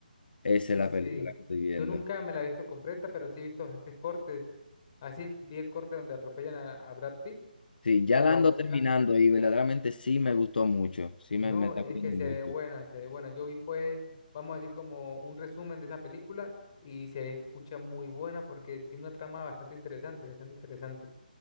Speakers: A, on the left (about 70°); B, on the left (about 30°).
A: Esa
B: Sí,
A: es la
B: sí.
A: película que estoy viendo.
B: Yo nunca me la he visto completa, pero sí he visto bastantes cortes. Así vi el corte donde atropellan a, a Brad Pitt
A: Sí,
B: cuando
A: ya la ando
B: voltea.
A: terminando y verdaderamente sí me gustó mucho. Sí
B: No,
A: me, me está
B: es
A: gustando
B: que se
A: mucho.
B: ve buena, se ve buena. Yo vi fue, vamos a decir, como un resumen de esa película y se escucha muy buena porque tiene una trama bastante interesante, bastante interesante.